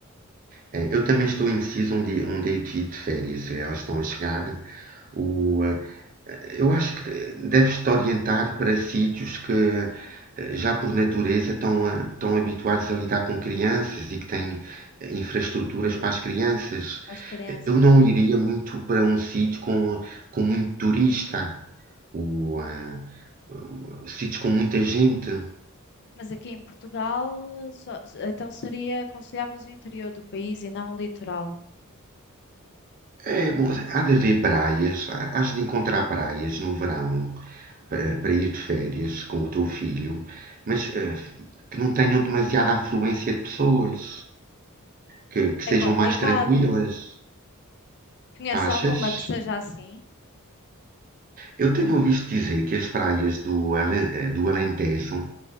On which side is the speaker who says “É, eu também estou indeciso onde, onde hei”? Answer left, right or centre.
Right